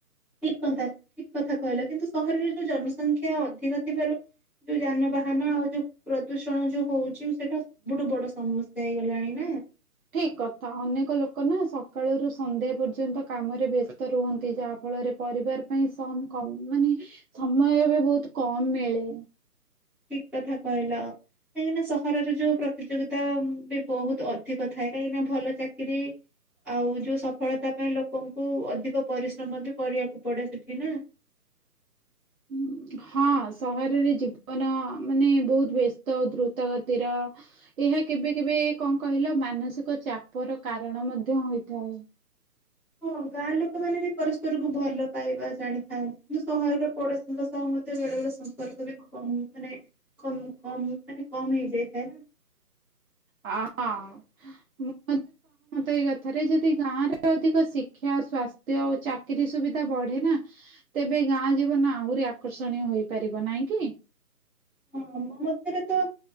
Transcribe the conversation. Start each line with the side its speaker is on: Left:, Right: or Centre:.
Centre: ଠିକ କଥା ଠିକ କଥା କହିଲା କିନ୍ତୁ ସହରରେ ଯୋଉ ଜନସଂଖ୍ୟା ଅଧିକ ଥିବାରୁ ଯୋଉ ଯାନବାହାନ ଆଉ ଯୋଉ ପ୍ରଦୂଷଣ ଯୋଉ ହଉଛି ସେଇଟା ସବୁଠୁ ବଡ ସମସ୍ୟା ହେଇଗଲାଣି ନା
Right: ଠିକ କଥା ଅନେକ ଲୋକ ନା ସକାଳରୁ ସନ୍ଧ୍ୟା ପର୍ଯ୍ୟନ୍ତ କାମରେ ବ୍ୟସ୍ତ ରୁହନ୍ତି ଯାହାଫଳରେ ପରିବାର ପାଇଁ ସମ କମ ମାନେ ସମୟ ବି ବହୁତ କମ ମିଳେ।
Centre: ଠିକ କଥା କହିଲ। କାହିଁକିନା ସହରରେ ଯୋଉ ପ୍ରତିଯୋଗିତା ବି ବହୁତ ଅଧିକ ଥାଏ କାହିଁକିନା ଭଲ ଚାକିରି ଆଉ ଯୋଉ ସଫଳତା ପାଇଁ ଲୋକଙ୍କୁ ଅଧିକ ପରିଶ୍ରମ ବି କରିବାକୁ ପଡେ ସେଠି ନା ହ
Right: ଉଁ, ହଁ ସହରରେ ଜୀବନ ମାନେ ବହୁତ ବ୍ୟସ୍ତ ଦ୍ରୁତ ଗତିର ଏହା କେବେ କେବେ କଣ କହିଲ ମାନସିକ ଚାପ ର କାରଣ ମଧ୍ୟ ହୋଇଥାଏ
Centre: ହଁ ଗାଁ ଲୋକମାନୋନ ବି ପରସ୍ପରକୁ ଭଲ ପାଇବା ଜାଣିଥାନ୍ତି କିନ୍ତୁ ସହରର ପଡୋଶୀଙ୍କ ସହ ମଧ୍ୟେ ବେଳେ ବେଳେ ସମ୍ପର୍କ ବି କମ୍ ମାନେ କ କମ ମାନେ କମ ହେଇଯାଇଥାଏ ନା
Right: ହଁ ହଁ ମୁଁ ମ ମତେ ଏଇ କଥାରେ ଯଦି ଗାଁ ରେ ଅଧିକ ଶିକ୍ଷା ସ୍ବାସ୍ଥ୍ୟ ଓ ଚାକିରିୀ ସୁବିଧା ବଢେ ନା ତେବେ ଗାଁ ଜୀବନ ଆହୁରି ଆକର୍ଷଣୀୟ ହେଇପାରିବ ନାଇଁ କି?
Centre: ହଁ ମୋ ମତରେ ତ